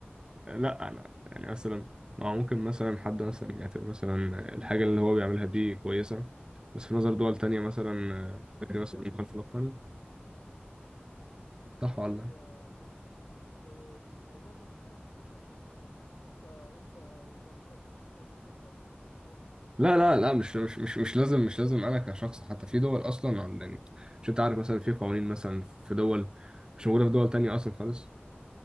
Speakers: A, on the right; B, on the left.
A: لا انا يعني مثلا ما هو ممكن مثلا حد مثلا يعتبر مثلا الحاجه اللي هو بيعملها دي كويسه بس في نظر دول تانية مثلا فكرة مثلا مخالفه للقانون
B: والله
A: صح ولا
B: آه، آه، الموضوع ده بالنسبه للبني ادم بقى انت انت وضميرك او انت وشغلك او انت
A: لا
B: ونفسك
A: لا لا لا مش
B: يعني.
A: مش مش مش لازم مش لازم انا كشخص حتى في دول اصلا عن- يعني مش انت عارف مثلا في قوانين مثلا في دول مش موجوده في دول تانية اصلا خالص